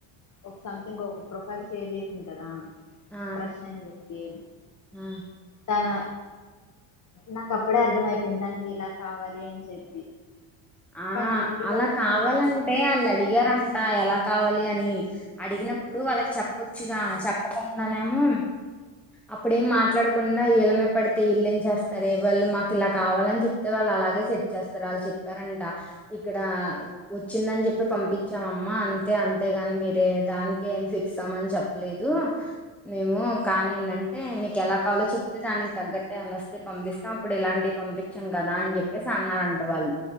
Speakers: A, on the left; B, in the centre.
A: ఒక సంథింగ్ ఒక ప్రొఫైల్ షేర్ చేసింది కదా
B: ఆ
A: క్రష్ అని జెప్పి
B: ఆ
A: తన నాకు అప్పుడే అర్థంమయిపోయింది దానికి ఇలా కావాలి అని చెప్పి
B: ఆ
A: కానీ ఆంటీ
B: అలా
A: వాళ్ళు
B: కావాలంటే
A: చూసే మ్యాచెస్
B: వాళ్ళు అడిగారంట ఎలా కావాలి అని అడిగినప్పుడు వాళ్ళకి చెప్పొచ్చుగా చెప్పకుండానే ఏమో అప్పుడేం మాట్లాడకుండా ఇల మీద పడితే ఇళ్లెం చేస్తారే వాళ్ళు మాకు ఇలా కావాలని చెప్తే వాళ్ళు అలాగే సెట్ చేస్తారు వాళ్ళు చెప్ వరంట ఇక్కడ వచ్చిందని చెప్ పంపించాం అమ్మా అంతే అంతేగాని మీరే దానినికి ఏమి ఫిక్స్ అమని చెప్పలేదు మేము కానీ ఏంటంటే మీకు ఎలా కావాలో చెప్తే దానికి తగ్గట్టే ఏనా వస్తే పంపిస్తాం అప్పుడు ఇలాంటివి పంపించాం కదా అని చెప్పేసి అన్నారంట వాళ్ళు